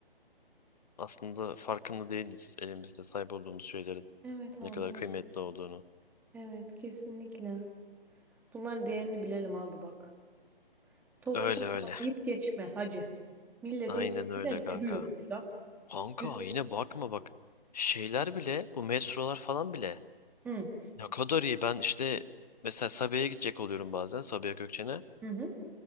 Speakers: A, on the left (about 45°); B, in the centre.
A: aslında farkında değiliz elimizde sahip olduğumuz şeylerin
B: Evet abi.
A: ne kadar
B: Evet
A: kıymetli olduğunu.
B: Evet, kesinlikle. Bunların değerini bilelim abi bak. Toplu
A: Öyle
B: taşıma
A: öyle.
B: deyip geçme hacı. Milleti
A: Aynen
B: eskiden
A: öyle kanka.
B: yürüyormuş lan.
A: Kanka
B: Yürü.
A: yine bakma bak. Şeyler bile bu metrolar falan bile
B: Hı.
A: ne kadar iyi. Ben işte mesela Sabiha'ya gidecek oluyorum bazen Sabiha Gökçen'e.
B: Hı hı.